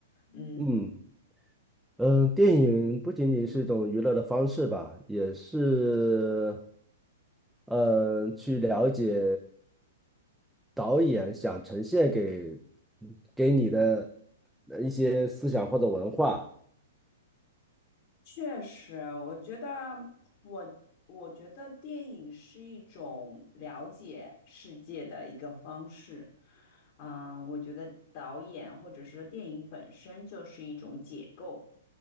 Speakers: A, on the left; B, in the centre.
A: 嗯，
B: 嗯。嗯，电影不仅仅是一种娱乐的方式吧，也是，嗯，去了解导演想呈现给给你的呃一些思想或者文化。
A: 确实，我觉得我我觉得电影是一种了解世界的一个方式，啊、我觉得导演或者是电影本身就是一种解构，